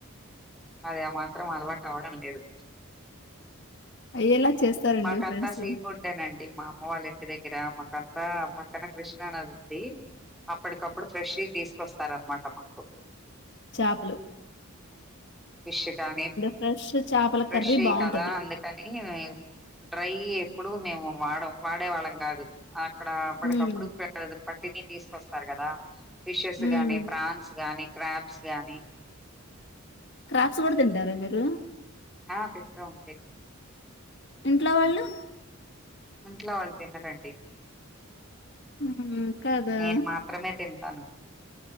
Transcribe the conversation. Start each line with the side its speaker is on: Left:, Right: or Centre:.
Centre: అది మాత్రం అలవాటు అవ్వడం లేదు
Left: అయ్యేలా చేస్తారండి
Centre: మాకంతా
Left: ఫ్రెండ్స్
Centre: సీ ఫుడ్డెనండి మా అమ్మ వాళ్ళ ఇంటి దగ్గర మాకంతా పక్కన కృష్ణ నది ఉంది అప్పటికప్పుడు ఫ్రెష్ వి తీసుకొస్తారు అనమాట మాకు
Left: చాపలు
Centre: ఫిష్ కానీ
Left: ఫ్రెష్ చేపల
Centre: ఫ్రెష్
Left: కర్రీ
Centre: వి
Left: బాగుంటది
Centre: కదా అందుకని డ్రై ఎప్పుడు మేము వాడం వాడేవాళ్ళం కాదు అక్కడ అప్పటికప్పుడు
Left: ఉమ్
Centre: పట్టిని తీసుకొస్తారు కదా ఫిషెస్
Left: ఉమ్
Centre: గాని ప్రాన్స్ గాని క్రాబ్స్ గాని
Left: క్రాప్స్ కూడా తింటార మీరు
Centre: ఆ తింటాం అండి
Left: ఇంట్లో వాళ్ళు
Centre: ఇంట్లో వాళ్ళు తినారండి
Left: ఉమ్ కదా
Centre: నేను మాత్రమే తింటాను